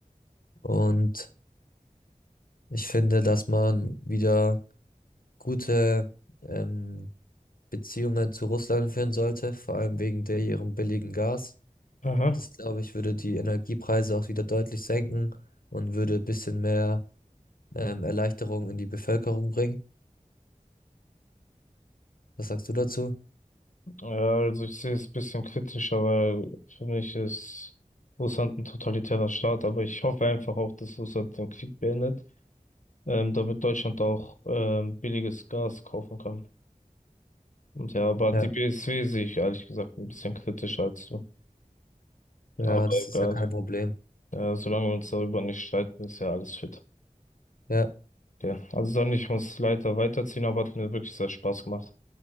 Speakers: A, on the left; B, on the left.
A: Und ich finde, dass man wieder gute ähm, Beziehungen zu Russland führen sollte, vor allem wegen der ihrem billigen Gas.
B: Aha.
A: Das glaube ich, würde die Energiepreise auch wieder deutlich senken und würde ein bisschen mehr ähm, Erleichterung in die Bevölkerung bringen. Was sagst du dazu?
B: Ja, also ich sehe es ein bisschen kritischer, weil für mich ist Russland ein totalitärer Staat, aber ich hoffe einfach auch, dass Russland den Krieg beendet, ähm, damit Deutschland auch ähm, billiges Gas kaufen kann. Und ja, aber
A: Ja.
B: die BSW sehe ich ehrlich gesagt ein bisschen kritischer als du.
A: Ja,
B: Aber
A: das
B: egal.
A: ist ja kein Problem.
B: Ja, solange wir uns darüber nicht streiten, ist ja alles fit.
A: Ja,
B: Okay. Also dann, ich muss leider weiterziehen, aber hat mir wirklich sehr Spaß gemacht.